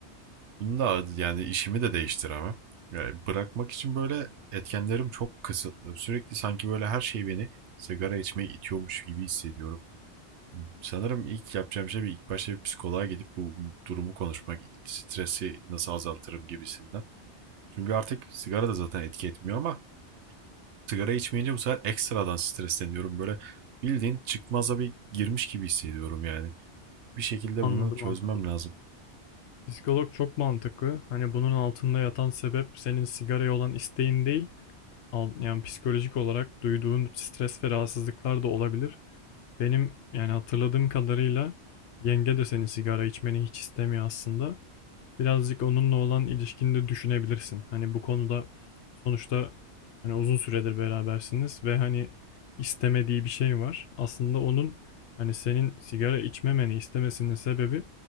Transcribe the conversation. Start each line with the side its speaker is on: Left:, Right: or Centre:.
Right: Bunu da yani işimi de değiştiremem. Yani bırakmak için böyle etkenlerim çok kısıtlı. Sürekli sanki böyle her şey beni sigara içmeye itiyormuş gibi hissediyorum. Sanırım ilk yapacağım şey bir ilk başta bir psikoloğa gidip bu durumu konuşmak, stresi nasıl azaltırım gibisinden. Çünkü artık sigara da zaten etki etmiyor ama sigara içmeyince bu sefer ekstradan stresleniyorum. Böyle bildiğin çıkmaza bir girmiş gibi hissediyorum yani. Bir şekilde
Left: Anladım
Right: bunu çözmem
Left: anladım.
Right: lazım.
Left: Psikolog çok mantıklı. Hani bunun altında yatan sebep senin sigaraya olan isteğin değil, Al- Yani psikolojik olarak duyduğun stres ve rahatsızlıklar da olabilir. Benim yani hatırladığım kadarıyla yenge de senin sigara içmeni hiç istemiyor aslında birazcık onunla olan ilişkini de düşünebilirsin. Hani bu konuda sonuçta hani uzun süredir berabersiniz ve hani istemediği bir şey var. Aslında onun hani senin sigara içmemeni istemesinin sebebi